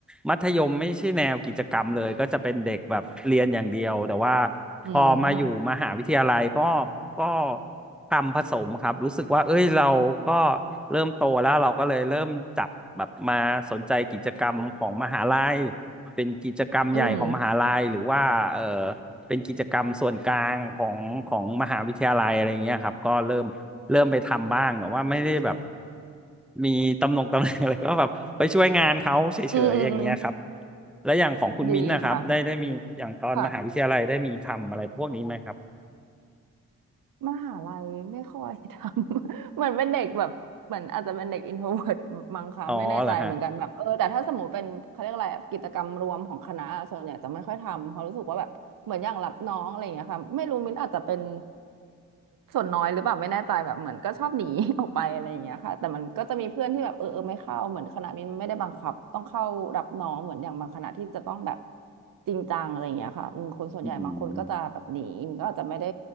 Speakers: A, in the centre; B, on the right.
A: มัธยมไม่ใช่แนวกิจกรรมเลยก็จะเป็นเด็กแบบเรียนอย่างเดียวแต่ว่า
B: อืม
A: พอมาอยู่มหาวิทยาลัยก็ก็ทำผสมครับรู้สึกว่าเอ้ยเราก็เริ่มโตแล้วเราก็เลยเริ่มจับแบบมาสนใจกิจกรรมของมหาลัยเป็นกิจกรรมใหญ่ของมหาลัยหรือว่าเออ
B: อืม
A: เป็นกิจกรรมส่วนกลางของของมหาวิทยาลัยอะไรเงี้ยครับก็เริ่มเริ่มไปทำบ้างแต่ว่าไม่ได้แบบมีตำแหน่งตำแหน่งอะไรก็แบบไปช่วยงานเขาเฉยๆอย่างเงี้ยครับ
B: อืมอืมอืม
A: แล้วอย่างของคุณมิ้นท์นะครับได้ได้มีอย่างตอนมหาวิทยาลัยได้มีทำอะไรพวกนี้ไหมครับ
B: ดีค่ะค่ะ มหาลัยไม่ค่อยทำ <laughs> เหมือนเป็นเด็กแบบเหมือนอาจจะเป็นเด็กอินโทรเวิร์ตมั้งคะไม่แน่ใจเหมือนกันแบบเออแต่ถ้าสมมติเป็นเขาเรียกอะไรอะกิจกรรมรวมของคณะะส่วนใหญ่จะไม่ค่อยทำเพราะรู้สึกว่าแบบเหมือนอย่างรับน้องอะไรอย่างเงี้ยค่ะไม่รู้มิ้นอาจจะเป็น
A: อ๋อเหรอฮะ
B: ส่วนน้อยหรือเปล่าไม่แน่ใจแบบเหมือนก็ชอบหนี <laughs> ออกไปอะไรอย่างเงี้ยค่ะแต่มันก็จะมีเพื่อนที่แบบเออเออไม่เข้าเหมือนคณะมิ้นไม่ได้บังคับต้องเข้ารับน้องเหมือนอย่างบางคณะที่จะต้องแบบจริงจังอะไรอย่างเงี้ยค่ะอืมคนส่วนใหญ่บางคนก็จะแบบหนีมันก็อาจจะไม่ได้
A: อืม